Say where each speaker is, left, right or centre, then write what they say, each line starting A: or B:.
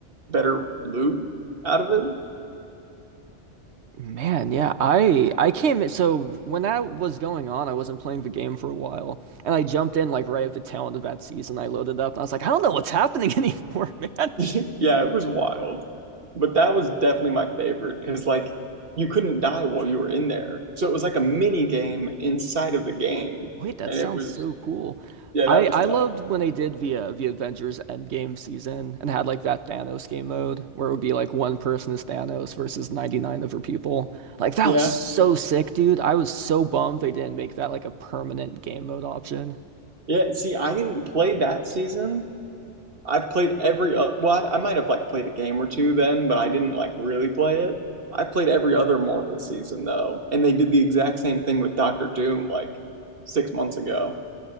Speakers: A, on the right; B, on the right.
A: better loot out of it.
B: Man, yeah. I I came in so when that was going on, I wasn't playing the game for a while. And I jumped in like right at the tail end of that season. I loaded up and I was like, I don't know what's happening <laughs> anymore, man.
A: <laughs> Yeah, it was wild. But that was definitely my favorite because like you couldn't die while you were in there. So it was like a mini game inside of the game.
B: Wait, that
A: And
B: sounds
A: it was
B: so cool.
A: yeah,
B: I
A: that was
B: I
A: tough.
B: loved when they did the uh, the Avengers Endgame season and had like that Thanos game mode where it would be like one person is Thanos versus 99 other people. Like that
A: Yeah.
B: was so sick, dude. I was so bummed they didn't make that like a permanent game mode option.
A: Yeah, see, I didn't play that season I've played every uh, well, I, I might have like played a game or two then, but I didn't like really play it. I've played every other Marvel season though, and they did the exact same thing with Doctor Doom like six months ago.